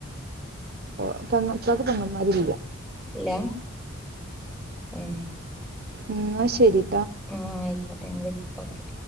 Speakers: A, on the right; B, in the centre.
A: <unintelligible> പെങ്ങമ്മരില്ല.
B: ഇല്ലാ ഏ
A: ന്ന ശെരി.
B: ആ ആയിക്കോട്ടെ വുളി ഓക്കെ.